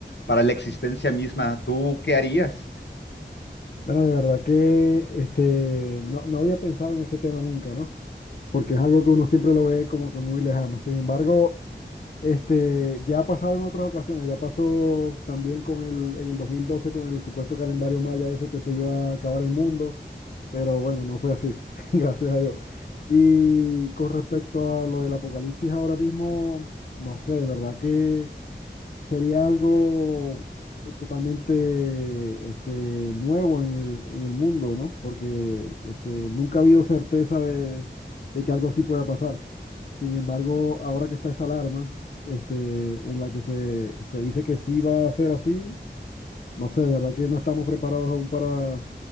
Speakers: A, on the left (about 70°); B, on the left (about 50°).
A: para la existencia misma. ¿Tú qué harías?
B: Bueno, de verdad que este, no, no había pensado en ese tema nunca, ¿no? Porque es algo que uno siempre lo ve como que muy lejano. Sin embargo, este, ya ha pasado en otras ocasiones, ya pasó también con el, en el 2012 con el supuesto calendario maya ese que se iba a acabar el mundo, pero bueno, no fue así, <laughs> gracias a Dios. Y con respecto a lo del apocalipsis ahora mismo, no sé, de verdad que... Sería algo eh, totalmente este, nuevo en el, en el mundo, ¿no? Porque este, nunca ha habido certeza de, de que algo así pueda pasar. Sin embargo, ahora que está esa alarma, este, en la que se, se dice que sí va a ser así, no sé, de verdad que no estamos preparados aún para,